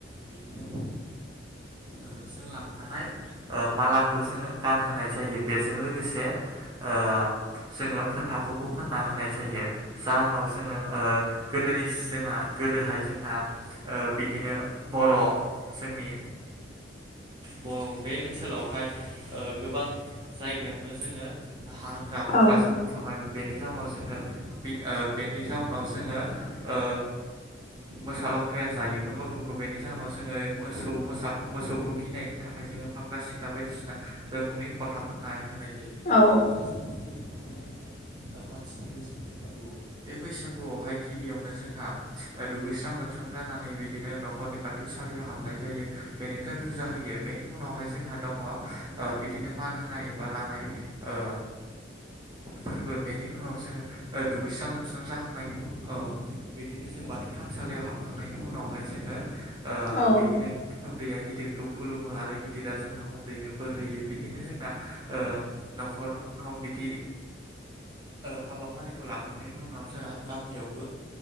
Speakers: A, on the right; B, on the left.
A: बिदिनो ओ जों लांफानाय ओ मालाखौ जोङो गानहोनाय जायो बेजों लोगोसे ओ जोङो फोथाखौबो फोनना होनाय जायो। जाहोनाव जोङो ओ गोदोनि जोंहा गोदोहाय जोंहा ओ बिदिनो बर' जोंनि बर' बे ओनसोलावहाय ओ गोबां जायगायावनो जोङो हाग्रा बंग्राजों
B: औ
A: बुंफबनायमोन। बेनि जाउनाव जोङो बे ओ बेनि जाउनाव जोङो ओ मोसा लख्राया जायोमोन मोखौखौ बेनि जाहोनाव जोङो मोसौ मोसाखौ मोसौखौ गिनायनि थाखाय जों ङो फाख्रा सिख्रा बायदिसिना रोखोमनि फथा फोननाय होनाय जायो।
B: औ
A: बेनिफ्राय जोङो फैयो न'
B: <inaudible>
A: ओ मानसिनि बैसा गु। बे बैसागुआवहाय गिबियावनो जोंहा दुगैस्रां लोब स्रां जानानै बिदिनो न'खरनि बाथौ सालियाव हाबनाय जायो। बेनिफ्राय फुजा होयो बेनि उनावहाय जों हा दङ' ओ बिदिनो मान होनाय बा लानाय। ओ फोरबो बेनि उनाव जोङो दुगैस्रां लोबस्रां जाखांनायनि उन ओ बिदिनो जों बाथौ थानसालियाव हाब खांनायनि उनावहाय जोङो ओ
B: औ
A: बिदिनो उन्दैया गिदिरखौ खुलुमो आरो गिदिर दा जोंनो उन्दैनो बोर होयो बिदिनो जोंना ओ न'खरनाव बिदि ओ हाबाफारिखौ लाखांनायनि उनाव जोंहा गामियावबो ओ